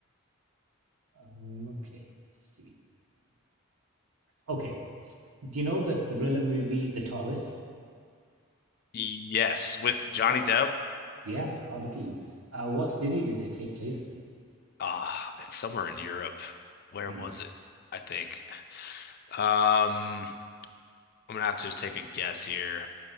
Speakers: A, on the right; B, on the left.
A: Um, okay. Let's see. Okay. Do you know the thriller movie The Tourist?
B: Yes, with Johnny
A: What?
B: Depp.
A: Yes. Wow. Look at you. Uh, what city did it take place in?
B: Ah, it's somewhere in Europe. Where
A: Mm.
B: was it? I think. Um, I'm gonna have to just take a guess here.